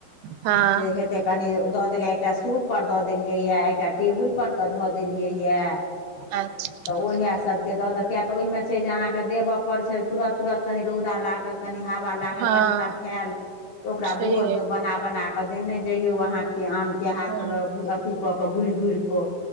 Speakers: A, on the right; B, on the left.
A: हँ
B: जे हेतै। कनि दऽ देलै, एकटा सूप पर दऽ देलियै यए एकटा टेबुल पर क धऽ देलियै यए।
A: अच्छा।
B: तऽ उएह सबके दऽ द किया तऽ ओहि में छै जे अहाँके देबय पड़ छै तुरत-तुरत कनि रौदा लाग। तहन कनि हवा लागल,
A: हँ
B: कनि तरखेल तऽ ओकरा
A: छैहे
B: बोर। बना-बना कऽ देने जइयौ अहाँके, आमके हाथसँ
A: हँ
B: लऽ अथी कऽ कऽ गुरि-गुरि कऽ।